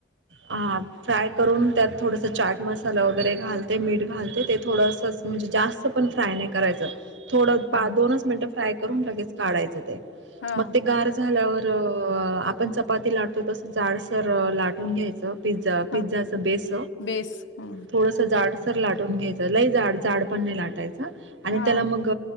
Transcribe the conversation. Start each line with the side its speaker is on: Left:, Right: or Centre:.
Right: हा फ्राय करून त्यात थोडस चाट मसाला वगैरे घालते मीठ घालते ते थोडसच तण फ्रा नाही क
Left: हा
Right: ल
Left: हा
Right: ग आपण चपाती लाटतो तसं जाडसर लाटून घ्यायचं पिझ्झा पिझ्झाच
Left: हा
Right: बेस
Left: बेस हा
Right: थोडस जाडसर लाट घ्याय लयड पण नाही लाटायच आणि
Left: हा
Right: त्याला मग